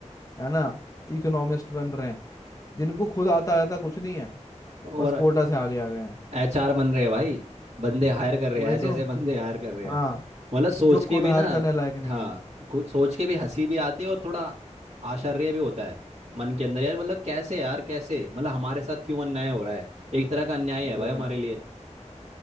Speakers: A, on the left; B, on the right.
A: है ना इकोनॉमिस्ट बन रहे हैं जिनको खुद आता आता कुछ नहीं है
B: और
A: बस कोटा से आगे आ गए हैं
B: एचआर बन रहे हैं भाई बंदे हायर कर रहे
A: वही
B: हैं ऐसे
A: तो
B: ऐसे बंदे हायर कर रहे
A: हाँ
B: हैं मतलब सोच
A: जो
B: के
A: खुद
B: भी
A: हायर
B: ना
A: करने लायक नहीं
B: हाँ
A: है
B: खुद सोच के भी हंसी भी आती है और थोड़ा आश्चर्य भी होता है मन के अंदर यार मतलब कैसे यार कैसे मतलब हमारे साथ क्यों अन्याय हो रहा है एक तरह का अन्याय है
A: वो
B: भाई हमारे
A: है
B: लिए